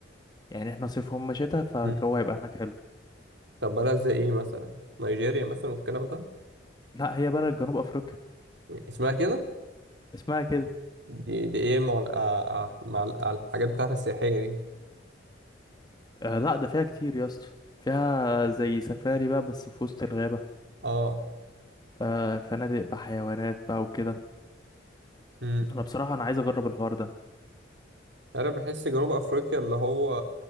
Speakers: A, on the left (about 20°); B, on the right (about 65°).
A: يعني احنا صيف هم شتاء فالجو
B: مم.
A: هيبقى هناك حلو
B: طب بلد زي ايه مثلا نيجيريا مثلا والكلام ده
A: لا هي بلد جنوب افريقيا
B: اسمها كده
A: اسمها كده
B: دي دي ايه مع ال- آه، آه، مع ال- آه، الحاجات بتاعت السياحية دي
A: آه لا ده فيها كتير يا اسطى فيها زي سفاري بقى بس في وسط الغابة
B: اه
A: آه فنادق بحيوانات بقى وكده
B: امم
A: انا بصراحة انا عايز اجرب الحوار ده
B: انا بحس جنوب افريقيا اللي هو